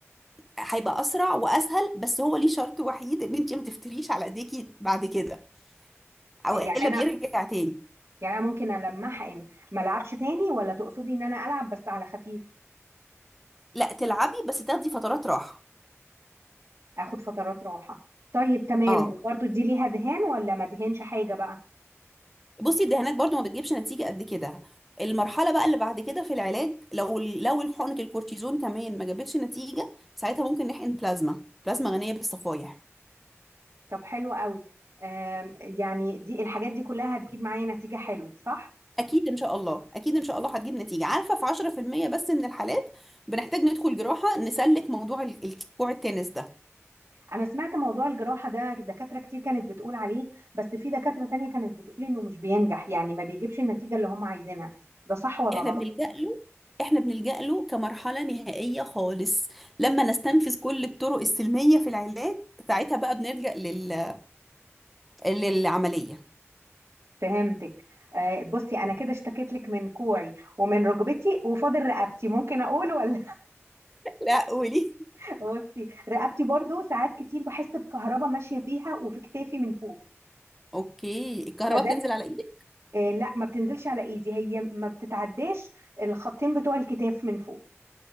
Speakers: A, in the centre; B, on the right.
A: هيبقى اسرع واسهل بس هو ليه شرط وحيد ان انت ما تفتريش على ايديكي بعد كده
B: آه،
A: او
B: يعني
A: الا
B: انا
A: بيرجع تاني
B: يعني انا ممكن لما احقن ما العبش تاني ولا تقصدي ان انا العب بس على خفيف
A: لا تلعبي بس تاخدي فترات راحه
B: اخد فترات راحة طيب تمام
A: اه
B: وبرده دي ليها دهان ولا ما دهنش حاجة بقى
A: بصي الدهانات برضو ما بتجيبش نتيجة قد كده المرحلة بقى اللي بعد كده في العلاج لو لو حقنة الكورتيزون كمان ما جابتش نتيجة ساعتها ممكن نحقن بلازما بلازما غنية بالصفائح
B: طب حلو قوي آم، يعني دي الحاجات دي كلها هتجيب معايا نتيجة حلو صح
A: أكيد إن شاء الله أكيد إن شاء الله هتجيب نتيجة عارفة في 10% بس من الحالات بنحتاج ندخل جراحة نسلك موضوع ال- الكوع التنس ده
B: انا سمعت موضوع الجراحة ده دكاترة كتير كانت بتقول عليه بس في دكاترة تانية كانت بتقول انه مش بينجح يعني ما بيجيبش النتيجة اللي هم عايزينها ده صح ولا
A: إحنا
B: غلط
A: بنلجأ له إحنا بنلجأ له كمرحلة نهائية خالص لما نستنفذ كل الطرق السلمية في العلاج ساعتها بقى بنلجأ لل... للعملية
B: فهمتك آه بصي انا كده اشتكيت لك من كوعي ومن ركبتي وفاضل رقبتي ممكن اقول ولا
A: لا قولي
B: <laughs> بصي رقبتي برضو ساعات كتير بحس بكهرباء ماشية فيها وفي كتافي من فوق
A: اوكي الكهرباء
B: فده
A: بتنزل
B: ك-
A: على ايدك
B: آه لا ما بتنزلش على ايدي هي ما بتتعداش الخطين بتوع الكتاف من فوق